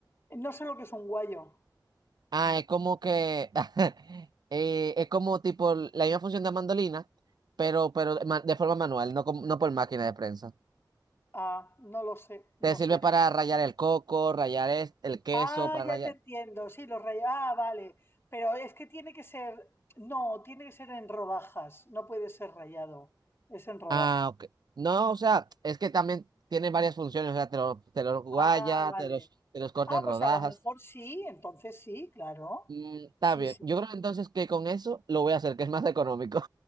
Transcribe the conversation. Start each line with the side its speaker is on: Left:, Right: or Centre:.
Left: No sé lo que es un guayo.
Right: Ah, es como que <laughs> eh, es como tipo la misma función de mandolina, pero, pero ma- de forma manual, no, como- no por máquina de prensa.
Left: Ah, no lo sé, no
Right: Te sirve
Left: sé.
Right: para rallar el coco, rallar es- el queso,
Left: Ah,
Right: para
Left: ya
Right: rallar.
Left: te entiendo. Sí, los rayos. Ah, vale. Pero es que tiene que ser, no, tiene que ser en rodajas. No puede ser rayado. Es en rodajas.
Right: Ah, ok. No, o sea, es que también tiene varias funciones, o sea, te lo, te los guaya,
Left: Ah, vale.
Right: te los, te los corta
Left: Ah,
Right: en rodajas.
Left: pues a lo mejor sí, entonces sí, claro.
Right: Mm, está
Left: Sí,
Right: bien.
Left: sí,
Right: Yo creo entonces que con eso lo voy a hacer, que es más económico.